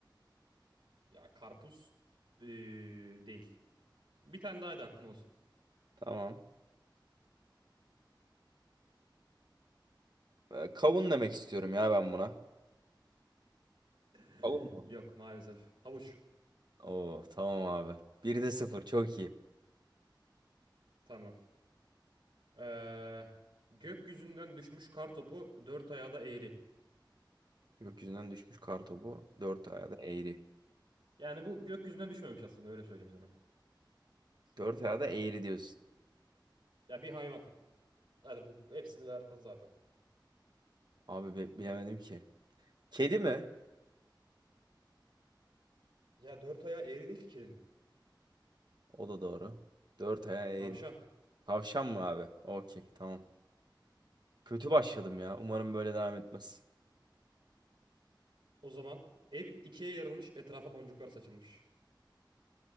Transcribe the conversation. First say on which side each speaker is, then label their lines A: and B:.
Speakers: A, on the right; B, on the right.
A: Ya karpuz ee, değil. Bir tane daha da hakkın olsun.
B: Tamam. Ee, Kavun demek istiyorum ya ben buna.
A: <laughs>
B: Kavun mu?
A: Yok maalesef. Havuç.
B: Oo tamam abi. bir de sıfır çok iyi.
A: Tamam. Ee, gökyüzünden düşmüş kar topu dört ayağı da eğri.
B: Gökyüzünden düşmüş kartopu. Dört ayağı da eğri.
A: Yani bu gökyüzünden düşmemiş aslında öyle söyleyeyim sana.
B: Dört ayağı da eğri diyorsun.
A: Ya bir hayvan. Hadi bu hepsini verdin zaten.
B: Abi bi- bilemedim ki. Kedi mi?
A: Ya dört ayağı eğri değil ki kedinin.
B: O da doğru. Dört ayağı
A: Tavşan.
B: eğri. Tavşan mı abi? Okey tamam. Kötü başladım ya. Umarım böyle devam etmez.
A: O zaman ev ikiye yarılmış, etrafa boncuklar saçılmış.